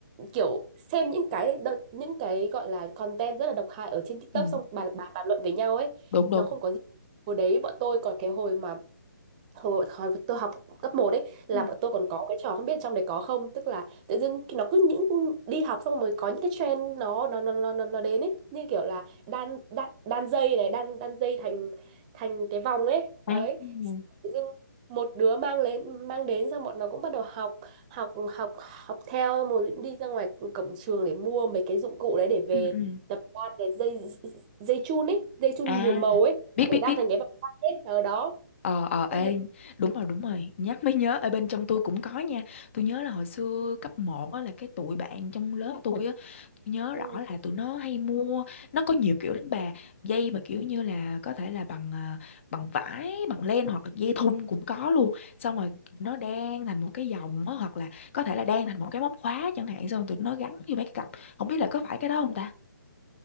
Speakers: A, on the right; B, on the left.
A: kiểu xem những cái đợt, những cái gọi là content rất là độc hại ở trên TikTok
B: ừ
A: xong bàn bàn bàn luận với nhau ấy
B: đúng đúng
A: nó không có gì hồi đấy bọn tôi còn cái hồi mà hồi, hồi tôi học cấp một ấy là
B: ừ.
A: bọn tôi còn có cái trò không biết trong đấy có không tức là tự dưng cái- nó cứ những đi học xong rồi có những cái trend nó nó nó nó nó, nó đến ấy như kiểu là đan đan, đan dây này đan đan dây thành thành cái vòng ấy đấy
B: à
A: tự dưng một đứa mang lên mang đến xong bọn nó cũng bắt đầu học học học học theo một đi ra ngoài cổng trường để mua mấy cái dụng cụ đấy để về
B: ừ ừ
A: tập đan cái dây dây chun ấy dây chun
B: à
A: nhiều màu ấy
B: biết
A: để
B: biết
A: đan
B: biết
A: thành cái vòng quanh ấy ở đó
B: Ờ, ờ,
A: tôi
B: ê,
A: nhớ
B: đúng rồi, đúng rồi, nhắc mới nhớ, ở bên trong tôi cũng có nha, tôi nhớ là hồi xưa cấp một á, là cái tụi bạn trong lớp tôi á, tôi nhớ
A: Ừ.
B: rõ là tụi nó hay mua, nó có nhiều kiểu lắm bà, dây mà kiểu như là có thể là bằng à, bằng vải, bằng len hoặc là dây thun cũng có luôn, xong rồi tụi nó đan thành một cái vòng á, hoặc là có thể là đan thành một cái móc khóa chẳng hạn, xong rồi tụi nó gắn vô mấy cái cặp, không biết là có phải cái đó không ta?